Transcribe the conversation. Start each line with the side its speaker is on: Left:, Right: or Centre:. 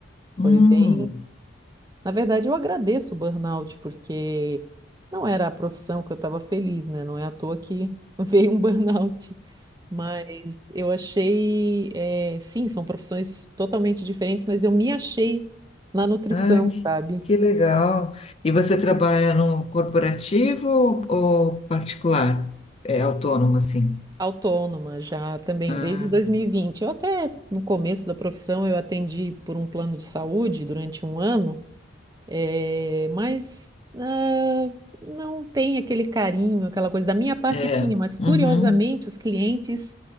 Left: Hum,
Right: Foi bem Na verdade, eu agradeço o burnout, porque não era a profissão que eu estava feliz, né? Não é à toa que <laughs> veio um burnout. Mas eu achei, eh, sim, são profissões totalmente diferentes, mas eu me achei na nutrição,
Left: ah, que,
Right: sabe?
Left: que legal. E você trabalha no corporativo ou particular? É autônomo assim?
Right: Autônoma já também
Left: Ah,
Right: desde 2020. Eu até, no começo da profissão, eu atendi por um plano de saúde durante um ano. É, mas ah, não tem aquele carinho, aquela coisa. Da minha parte
Left: é.
Right: tinha, mas curiosamente
Left: Uhum.
Right: os clientes